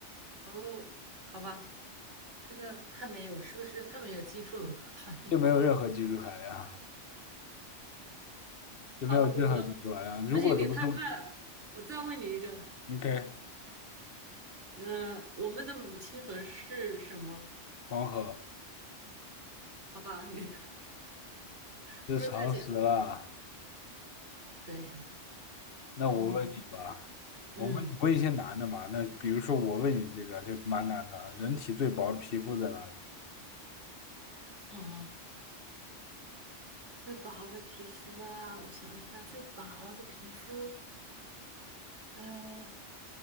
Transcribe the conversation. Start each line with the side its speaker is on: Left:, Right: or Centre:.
Right: 哦，好吧，这个太没有，是不是太没有技术 <laughs> 含量？
Left: 就没有任何技术含量，
Right: <laughs>
Left: 就没有任何技术含量。
Right: 好，我
Left: 如果怎么中
Right: 不行，你太快了，我再问你一个。
Left: ，OK，
Right: 嗯、我们的母亲河是什么？
Left: 黄河
Right: 好吧，你 <laughs> 是不是太简单？
Left: 就常识了。
Right: 对，
Left: 那我问你吧，
Right: 嗯嗯，
Left: 我问你问一些难的嘛。那比如说我问你这个就蛮难的，人体最薄的皮肤在哪里？
Right: 哦，最薄的皮肤啊，我想一下，最薄的皮肤。嗯，